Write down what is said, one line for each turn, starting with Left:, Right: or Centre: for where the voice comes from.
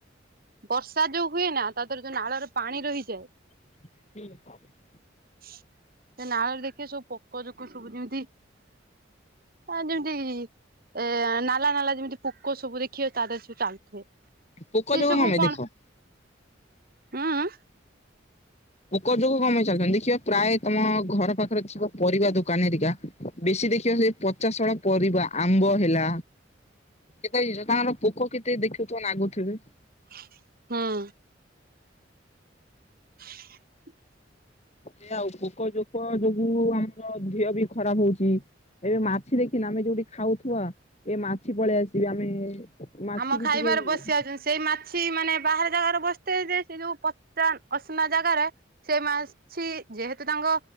Right: ବର୍ଷା ଯୋଉ ହୁଏ ନା ତା ଦରେ ଯୋଉ ନାଳରେ ପାଣି ରହିଯାଏ।
Left: <unintelligible>
Right: ସେ ନାଳରେ ଦେଖିବେ ସବୁ ପୋକ ଜୋକ ସବୁ ଯେମିତି। ଆ ଯେମିତି ଏ ନାଲା ନାଲା ଯେମିତି ପୋକ ସବୁ ଦେଖିବେ ତା ଦେହେରେ ସେମିତି ଚାଲୁଥିବେ।
Left: ପୋକ
Right: ସେଇ
Left: ଯୋକ
Right: ସବୁ
Left: <unintelligible> ପାଇଁ
Right: କଣ
Left: ଦେଖ।
Right: ହୁଁ
Left: ପୋକ ଯୋକ କଣ ପାଇଁ ଚାଲୁଥାନ୍ତି ଦେଖିବା ପ୍ରାୟ ତମ ଘର ପାଖରେ ଥିବା ପରିବା ଦୋକାନେ ହେରିକା। ବେଶୀ ଦେଖିବ ସେ ପଚାଶଢା ପରିବା ଆମ୍ବ ହେଲା। ସେଇ ସେ ତାଙ୍କର ପୋକ କେତେ ଦେଖୁଥୁବ ନାଗୁଥିବେ।
Right: ହଁ। <inaudible>
Left: ସେ ଆଉ ପୋକ ଜୋକ ଯୋଗୁ ଆମର ଦିହ ବି ଖରାପ ହଉଛି। ଏବେ ମାଛି ଦେଖିନା ଆମେ ଯୋଉଠି ଖାଉଥୁବା ଏ ମାଛି ପଳେଇ ଆସିବେ ଆମେ ମାଛି
Right: ଆମ
Left: ବି
Right: ଖାଇବାରେ
Left: ଟିକେ
Right: ବସି ଆଉଛନ୍ତି ସେଇ ମା ଛି ମାନେ ବାହାର ଜାଗାରେ ବସିଥିବେ ଯେ ସେ ଯୋଉ ପଚା ଅସନା ଜାଗାରେ ସେ ମାଛି ଯେହେତୁ ତାଙ୍କ